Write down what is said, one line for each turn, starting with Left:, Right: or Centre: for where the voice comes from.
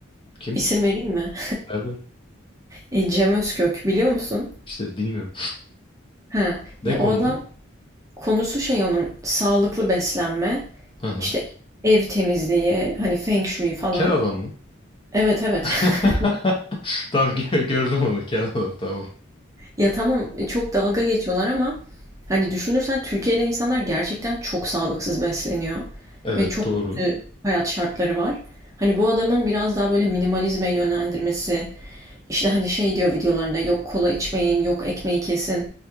Left: Kim?
Right: isim vereyim mi?
Left: Berber.
Right: E, Cem Özkök biliyor musun?
Left: İşte bilmiyorum.
Right: Ha,
Left: Ne
Right: ya
Left: konuda?
Right: o adam konusu şey onun sağlıklı beslenme,
Left: Hı hı.
Right: işte ev temizliği, hani Feng Shui falan.
Left: Kel adam mı?
Right: Evet evet.
Left: <laughs>
Right: <laughs>
Left: Tamam gö- gördüm onu kel adam tamam.
Right: Ya tamam e, çok dalga geçiyorlar ama hani düşünürsen Türkiye'de insanlar gerçekten çok sağlıksız besleniyor
Left: Evet
Right: ve çok
Left: doğru.
Right: kötü hayat şartları var. Hani bu adamın biraz daha böyle minimalizme yönlendirmesi, işte hani şey diyor videolarında yok kola içmeyin, yok ekmeği kesin.